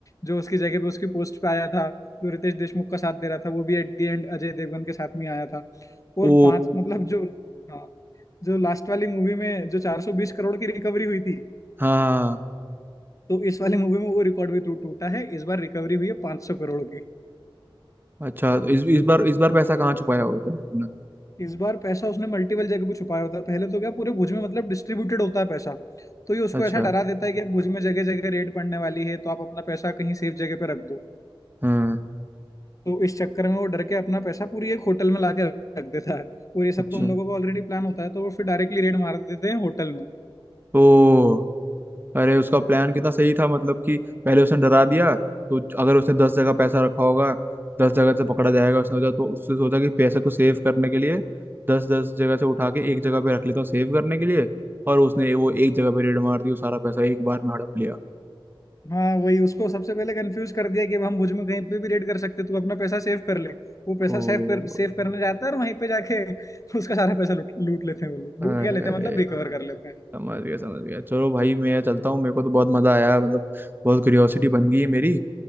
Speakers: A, on the left; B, on the right.
A: जो उसकी जगह पे उसकी पोस्ट पे आया था जो रितेश देशमुख का साथ दे रहा था वो भी at the end Ajay Devgn के साथ में आया था और
B: ओ
A: पांच मतलब जो हाँ जो लास्ट वाली मूवी में जो 420 करोड़ की रिकवरी हुई थी
B: हाँ
A: तो इस वाले मूवी में वो रिकॉर्ड भी टूट टूटा है इस बार रिकवरी हुई है 500 करोड़ की
B: अच्छा इस इस बार इस बार पैसा कहाँ छुपाया होता है उन्होंने?
A: इस बार पैसा उसने मल्टीपल जगह पे छुपाया होता है पहले तो क्या पूरे भुज में मतलब डिस्ट्रीब्यूटेड होता है पैसा तो ये उसको
B: अच्छा
A: ऐसा डरा देता है कि अब भुज में जगह जगह रेड पड़ने वाली है तो आप अपना पैसा कहीं सेफ जगह पे रख दो
B: हाँ
A: तो इस चक्कर में वो डर के अपना पैसा पूरी एक होटल में ला के रख देता है और ये सब
B: अच्छा
A: तो उन लोगों का ऑलरेडी प्लान होता है तो वो फिर डायरेक्टली रेड मार देते हैं होटल में
B: ओ अरे उसका प्लान कितना सही था मतलब कि पहले उसने डरा दिया तो अगर उसने दस जगह पैसा रखा होगा दस जगह से पकड़ा जाएगा उसने सोचा तो उसने सोचा कि पैसे को सेव करने के लिए दस दस जगह से उठा के एक जगह पे रख लेता हूँ सेव करने के लिए और उसने वो एक जगह पे रेड मार दी वो सारा पैसा एक बार में हड़प लिया
A: हाँ वही उसको सबसे पहले कंफ्यूज कर दिया कि अब हम भुज में कहीं पे भी रेड कर सकते तू अपना पैसा सेव कर ले वो पैसा
B: तो
A: सेव कर सेव करने जाता है और वहीं पे जाके <laughs> उसका सारा पैसा लूट लूट लेते हैं वो लोग
B: अरे
A: लूट क्या लेते
B: अरे
A: हैं मतलब रिकवर कर लेते हैं
B: समझ गया समझ गया चलो भाई मैं चलता हूँ मेरे को तो बहुत मजा आया मतलब बहुत क्यूरियोसिटी बन गई है मेरी